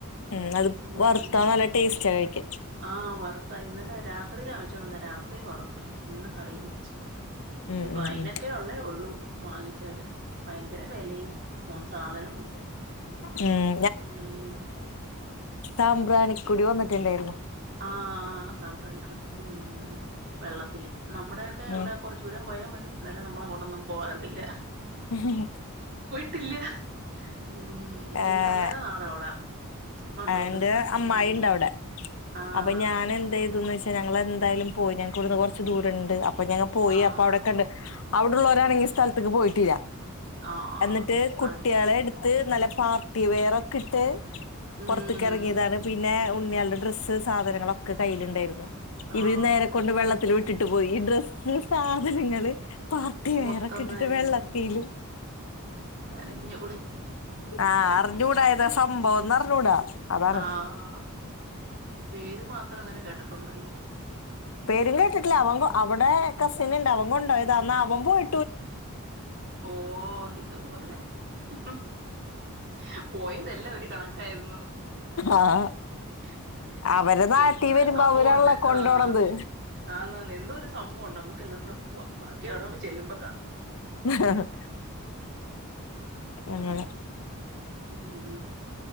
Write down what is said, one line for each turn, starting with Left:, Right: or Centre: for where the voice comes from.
Left: ഉം അത്
Right: ഉം
Left: വറ്ത്താ നല്ല ടേസ്റ്റാ കഴിക്ക
Right: ആഹ് വറുത്താ ഇന്നലെ രാത് ത്രിയിലാ ച്ചോണ്ട്വന്നേ രാത്രി വറ്ത്ത് ഇന്ന് കറിയും വെച്ച് പിന്നെപ്പ
Left: ഉം ഉം
Right: അയിനൊക്കെ
Left: ഉം
Right: ഒള്ളേ ഒള്ളൂ വാങ്ങി വച്ചാലും ഭയങ്കര വെലയും സാധനവും ഇല്ല
Left: ഉം
Right: ഉം
Left: സാബ്രാണികൊടി വന്നിട്ടുണ്ടായിരുന്നു
Right: ആഹ് സാമ്പ്രാണിക്കൊടി ഉം വെള്ളത്തില് നമ്മുടെ ഒക്കെ
Left: ഉം
Right: ഇവടെ കൊറച്ചു ദൂരം പോയാ മതി തെല നമ്മളങ്ങോട്ടൊന്നും പോവാറില്ലലെ.. ഹ്
Left: മ് ഹ് ഹ്
Right: ട്ട് ഇല്യാ ഉം..
Left: ഏഹ്
Right: എന്റെമ്മേടെ നാടവിടാണ് മൺഡ്രോത്തുരുത്താ,
Left: എന്റെ അമ്മായി
Right: ഉം...
Left: ഉണ്ട് അവിടെ
Right: ആഹ്
Left: അപ്പൊ ഞാൻ എന്തയ് ചെയ്തുന്നച്ച ഞങ്ങളെന്താലും പോയി, ഞങ്ങക്കുടുന്ന് കുറച്ച് ദൂരണ്ട് അപ് അപ്പൊ ഞങ്ങ പോയി
Right: ആഹ്
Left: അപ്പൊ അയുടെ കണ്ട്. അവിടുള്ളവരാണെങ്കി ഇസ്ഥലത്തേക്ക് പോയിട്ടില്ല.
Right: ആഹ്
Left: എന്ന്ട്ട് കുട്ട്യളെട്ത്ത്
Right: അടു
Left: നല്ല പാർട്ടി വെയറൊക്ക്ട്ട്
Right: ഉം
Left: പൊർത്ത്‌ക്കെറങ്ങിയതാണ്. പിന്നേ. ഉം ണ്യൾടെ ഡ്രസ്സ് സാധനങ്ങളൊക്ക കയ്യില്ണ്ടായിരുന്നു.
Right: ആഹ്
Left: ഇവി നേരെ കൊണ്ട് വെള്ള ത്ത്ല് വിട്ടിട്ട് പോയി. ഇഡ്രസ്സ് സാധനങ്ങള് പാർട്ടി വെയറൊക്കെട്ടിട്ട്
Right: മൊത്തം നനഞ്ഞ്
Left: വെള്ളത്തീല്
Right: നഞ്ഞ ഉളി
Left: ആഹ് അർഞ്ഞൂടഏതാ സംഭവന്നർഞ്ഞൂടാ അതാണ്.
Right: ആഹ് പേര് മാത്രങ്ങന കേട്ടട്ടൊണ്ടല്ലേ?
Left: പേരുങ്കേട്ടിട്ടില്ല അവങ്കൊ അവ്ടേ കസിന്ണ്ടവൻ കൊണ്ടോയതാ.. ന്നാ അവം പോയ്.
Right: <inaudible> ഓാ ഇതുപോലെ മ്ഹ്ഹ് പോയതെല്ല ഒരു കണക്കായ്രുന്നു.
Left: ആഹ്
Right: യ്.. ഇതു വോലെ <unintelligible> പോയതെല്ല ഒര്കണക്കായിരുന്നു.
Left: അവരെ നാട്ടി
Right: യെന്തോരു
Left: വരുമ്പോ
Right: സംഭവൊണ്ട്..
Left: അവരാണല്ലോ കൊണ്ടോണത്
Right: ആഹ് ആന്നാന്ന് എന്തോ ഒരു സംഭവൊണ്ടമ്മ ക്കല്ലാക്കുട പോവാ ബാക്കി അടോക് ചെല്ലുമ്പ
Left: ങ് ഹ ഹ അങ്ങനെ
Right: ഉം ഉ ഉം.